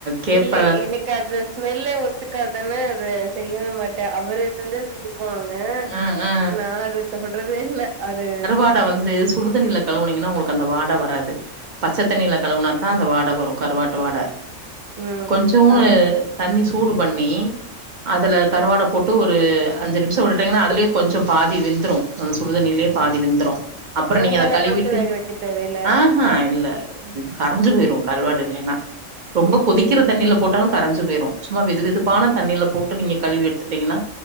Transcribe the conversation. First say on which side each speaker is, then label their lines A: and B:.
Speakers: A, on the right (about 50°); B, on the right (about 80°).
A: கேப்ப
B: இல்ல எனக் கே அந்த ஸ்மெல்லே ஒத்துக்காதுனு அத செய்யவே மாட்டே அவரு செஞ்சா செஞ்சுட் க்குவாங்க
A: ஆ ஆ
B: நா அத தொடுறதே இல்ல அது
A: கருவாட வந்து சுடுதண்ணிலக் கழுவுனீங்கன்னா உங்களுக்கு அந்த வாட வராது பச்ச தண்ணில கழவுனாத்தா அந்த வாட வரு கருவாட்டு வாட
B: ம்
A: கொஞ்சூனு
B: அதாங்
A: தண்ணி சூடு பண்ணி அதுல கருவாட போட்டு ஒரு அஞ்சு நிமிஷ விடு டிங்கனா அதுலய கொஞ்ச பாதி வெந்துரு அந்த சுடுதண்ணிலேயே பாதி வெந்துரு அப்புற
B: ரொம்பல்லா
A: நீங்க அத கழுவிட்டு
B: போட்டு வேக வைக்க தேவையில்ல
A: ஆஹா இல்ல இது கரஞ்சு போயிரு கருவாடு இல்லைன்னா ரொம்ப
B: செரி
A: கொதிக்கிற
B: செரிங்க
A: தண்ணியில போட்டாலு கரஞ்சு போயிரு சும்மா வெது வெதுப்பான தண்ணியில போட்டு நீங்க கழுவி எடுத்துட்டீங்கன்னா